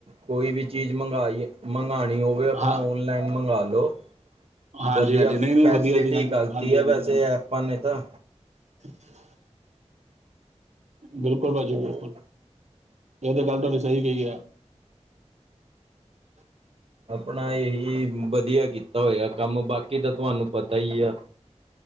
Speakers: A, on the right; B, on the right.
A: ਕੋਈ ਵੀ ਚੀਜ਼ ਮੰਗਾਈ, ਮੰਗਵਾਣੀ ਓ- ਓਏ ਆਪਣਾ
B: ਹਾਂ
A: ਓਨਲਾਈਨ ਮੰਗਾ ਲੋੋ।
B: ਹਾਂਜੀ
A: ਵਧੀਆ,
B: ਹਾਂਜੀ ਨਹੀਂ ਨਹੀਂ
A: ਫੈਸਿਲਿਟੀ
B: ਵਧੀਆ ਜੀ ਹਾਂ
A: ਕਰਤੀ
B: ਹਾਂਜੀ
A: ਐ,
B: ਹਾਂਜੀ
A: ਵੈਸੇ
B: ਹਾਂਜੀ
A: ਐਪਾਂ ਨੇ ਤਾਂ।
B: <inaudible> ਬਿਲਕੁਲ ਭਾਜੀ
A: ਹੂੰ
B: ਬਿਲਕੁਲ। ਏ ਤਾਂ ਗੱਲ ਤਾਡੀ ਸ‌ਈ ਕ‌ਈ ਐ। <unintelligible>
A: ਆਪਣਾ ਇਹ ਵਧੀਆ ਕੀਤਾ ਹੋਇਆ ਕੰਮ ਬਾਕੀ ਤਾਂ ਤੁਹਾਨੂੰ ਪਤਾ ਈ ਆ।